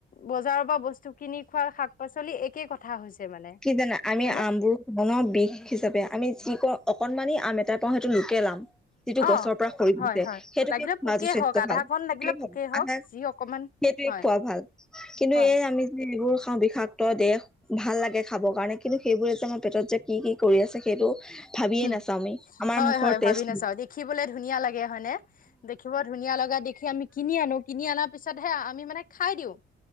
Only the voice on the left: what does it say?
বজাৰৰ পৰা বস্তু- কিনি খোৱা শাক পাচলি একেই কথা হৈছে মানে
হয়নে
অ
হয় হয়
লাগিলে
পোকেই
হওক আধা
কণ
লাগিলে পোকেই হওক যি অকমান
হয়
হয়
উম
হয়
হয়
ভাবি নাচাওঁ দেখিবলৈ ধুনীয়া লাগে হয়নে দেখিব ধুনীয়া লগা দেখি আমি কিন কিনি আনো কিন আনা পিছতহে আমি মানে- খাই দিওঁ